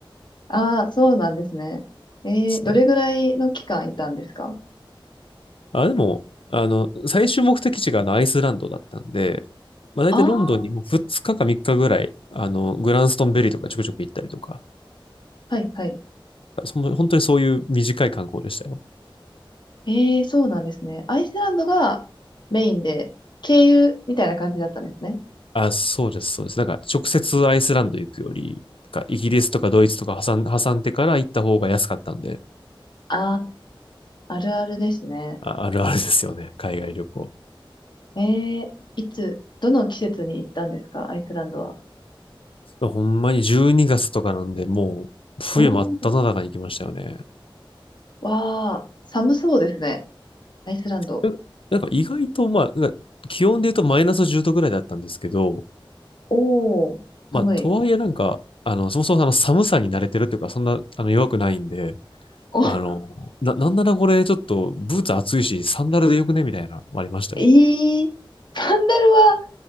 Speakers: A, on the left; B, on the left.
A: ああ、そうなんですね。えー、
B: ですね。
A: どれぐらいの期間いたんですか
B: あ、でも、あの、最終目的地があのアイスランドだったんで、まあ、大体ロンドンにも2日か3日ぐらい、
A: ああ
B: あの、グランストンベリーとかちょくちょく行ったりとか、
A: ー、はいはい。
B: その本当にそういう短い観光でしたよ。
A: えー、そうなんですね。アイスランドがメインで、経由みたいな感じだったんですね。
B: あ、そうです、そうです。なんか直接アイスランド行くより、なんかイギリスとかドイツとか挟ん、挟んでから行った方が安かったんで、
A: ああ、あるあるですね。
B: あ、あるあるですよね、海外旅行。
A: えー、いつ、どの季節に行ったんですかアイスランドは。
B: ほんまに12月とかなんで、もう冬真っ只中に行きましたよね。
A: おわあ、寒そうですね。アイスランド。
B: えなんか意外と、まあ、なんか気温で言うとマイナス10度ぐらいだったんですけど、
A: おー、寒い。
B: まあ、とはいえなんか、あの、そもそもあの寒さに慣れてるというか、そんなあの弱くないんで、
A: お、
B: あの、
A: <laughs>
B: な、なんならこれちょっとブーツ暑いし、サンダルでよくねみたいな、ありましたよ。
A: えー、サンダルは